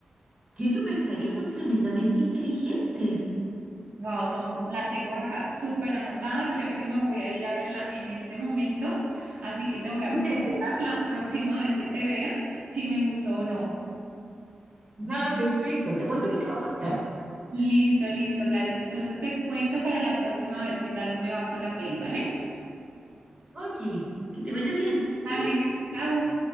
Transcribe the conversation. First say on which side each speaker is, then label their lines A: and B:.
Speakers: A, on the right (about 30°); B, on the right (about 70°).
A: ¿Quién lo pensaría? Son tremendamente inteligentes.
B: Wow, no, la tengo acá súper anotada, creo que me voy a ir a verla en este momento, así que te
A: <laughs>
B: voy a contar la próxima vez que te vea si me gustó o no.
A: Ya, perfecto. Te apuesto que te va a gustar.
B: Listo, listo, Gladys, entonces te cuento para la próxima a ver qué tal me va con la peli, ¿vale?
A: Ok, que te vaya bien.
B: Dale,
A: Chau.
B: chao.